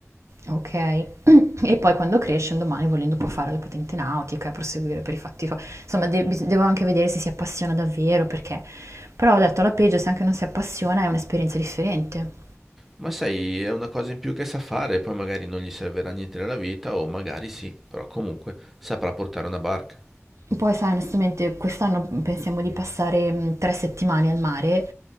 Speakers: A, on the right; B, in the centre.
A: Ok, <clears throat> e poi quando cresce un domani volendo può fare la patente nautica e proseguire per i fatti suoi. Insomma, de- bis- devo anche vedere se si appassiona davvero perché... Però ho detto alla peggio, se anche non si appassiona è un'esperienza differente.
B: Ma sai, è una cosa in più che sa fare, poi magari non gli servirà niente nella vita, o magari sì, però comunque saprà portare una barca.
A: Poi sai, onestamente, quest'anno pensiamo di passare mh, tre settimane al mare